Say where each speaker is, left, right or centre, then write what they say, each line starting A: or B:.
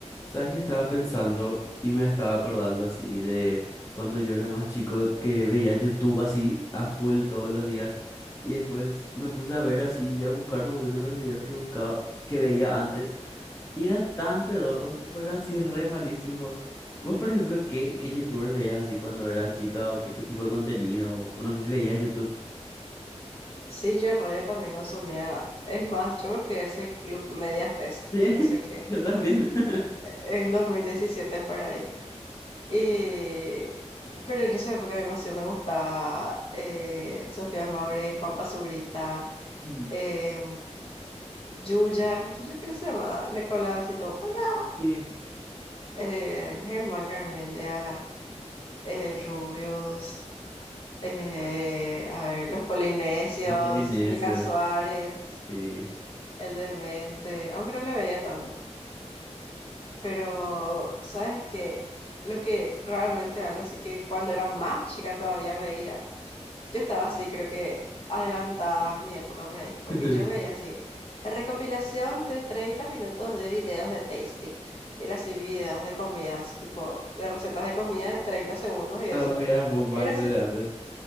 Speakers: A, on the left; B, on the left.
A: ¿Sabes qué estaba pensando y me estaba acordando así de cuando yo era más chico que veía YouTube así a full todos los días y después me puse a ver así y a buscar más o menos los videos que buscaba, que veía antes y eran tan pedorros, tipo eran así re malísimos. Vos, por ejemplo, ¿qué, qué YouTubers veías así cuando eras chica o qué, qué tipo de contenido? O no sé si veías YouTube.
B: Sí, yo re también consumía. Es más, yo me fui a ese club Media Fest,
A: <laughs>
B: no sé qué,
A: Yo también. <laughs>
B: en 2017 por ahí. Y... Pero en esa época a mí más sí me gustaba eh, Sofía Maure, Juan Pazurita,
A: Mm.
B: eh, Yuya, Yuya, ¿pero qué se llama? La que hablaba así todo, hola,
A: Sí.
B: eh, Germán Garmendia, el Rubius, eh, a ver, los Polinesios,
A: Los polinesios,
B: Mica Suárez.
A: sí.
B: El demente, aunque no le veía tanto, pero sabes que lo que realmente algo así que cuando era más chica todavía veía, yo estaba así, creo que adelantada a mi época por ahí,
A: <laughs>
B: porque yo veía así, la recopilación de 30 minutos de videos de Tasty, y era así videos de comida, así tipo de recetas de comida de 30 segundos y eso,
A: ¿A vos veías mukbangs
B: era así
A: desde antes?